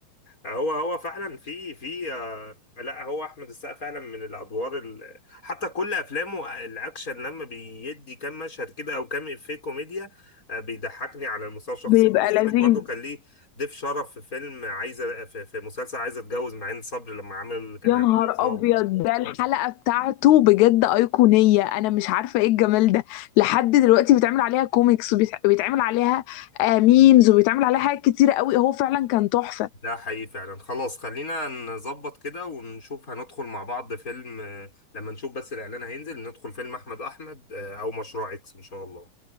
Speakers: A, on the left; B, on the left.
A: هو هو فعلا في في آه، لا هو احمد السقا فعلا من الادوار ال... حتى كل افلامه آه، الاكشن لما بيدي كام مشهد كده او كام افيه كوميديا آه، بيضحكني على المستوى الشخصي
B: بيبقى
A: بس يقول
B: لذيذ
A: لك برضه كان ليه ضيف شرف في فيلم عايزه في, في مسلسل عايزه اتجوز معين صبري لما عمل كان
B: يا
A: عامل
B: نهار
A: ضيف ضابط
B: ابيض ده الحلقه
A: <laughs>
B: بتاعته بجد ايقونيه انا مش عارفه ايه الجمال ده لحد دلوقتي بيتعمل عليها كوميكس وبيتعمل عليها آه، ميمز وبيتعمل عليها حاجات كتيره قوي هو فعلا كان تحفه
A: ده حقيقي فعلا خلاص خلينا نظبط كده ونشوف هندخل مع بعض فيلم آه، لما نشوف بس الاعلان هينزل ندخل فيلم احمد احمد آه، او مشروع اكس ان شاء الله